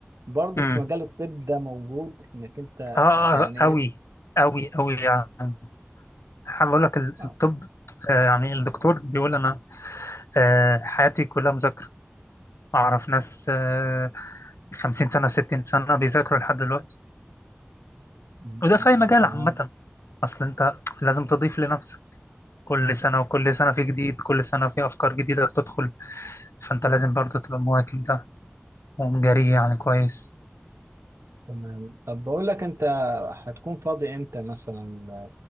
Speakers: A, on the right (about 80°); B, on the left (about 75°).
A: برضه
B: أمم.
A: في مجال الطب ده موجود انك انت
B: آه
A: يعني
B: أوي
A: ايه
B: أوي أوي يعني حابب أقول لك ال-
A: آه،
B: الطب آه، يعني الدكتور بيقول أنا آه، حياتي كلها مذاكرة أعرف ناس آه، 50 سنة 60 سنة بيذاكروا لحد دلوقتي
A: م-
B: وده
A: م-
B: في أي مجال
A: تمام
B: عامة أصل أنت لازم تضيف لنفسك كل سنة وكل سنة في جديد كل سنة في أفكار جديدة بتدخل فأنت لازم برضه تبقى مواكب ده ومجري يعني كويس
A: تمام طب بقول لك انت هتكون فاضي امتى مثلا